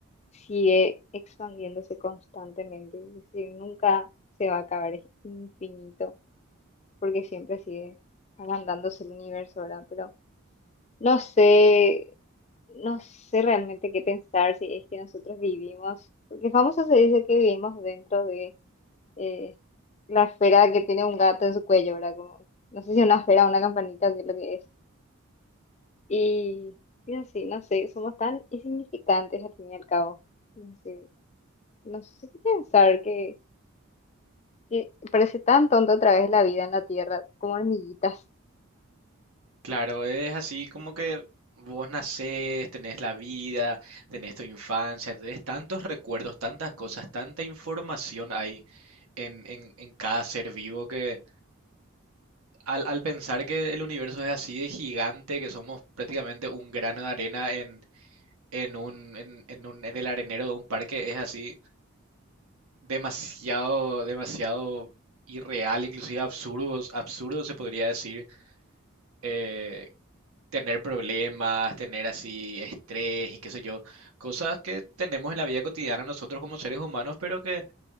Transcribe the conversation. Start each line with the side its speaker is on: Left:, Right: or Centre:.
Left: sigue expandiéndose constantemente, es decir, nunca se va a acabar, es infinito, porque siempre sigue agrandándose el universo, ¿verdad? Pero no sé, no sé realmente qué pensar si es que nosotros vivimos, porque famoso se dice que vivimos dentro de eh, la esfera que tiene un gato en su cuello, ¿verdad? Como, no sé si una esfera o una campanita o qué es lo que es. Y, y así, no sé, somos tan insignificantes al fin y al cabo. No sé, no sé qué pensar, que, que parece tan tonto otra vez la vida en la Tierra, como hormiguitas.
Right: Claro, es así como que vos nacés, tenés la vida, tenés tu infancia, tenés tantos recuerdos, tantas cosas, tanta información ahí en, en, en cada ser vivo que al, al pensar que el universo es así de gigante, que somos prácticamente un grano de arena en, en un, en, en un, en el arenero de un parque, es así demasiado, demasiado irreal, inclusive absurdo, absurdo se podría decir eh, tener problemas, tener así estrés y qué sé yo, cosas que tenemos en la vida cotidiana nosotros como seres humanos, pero que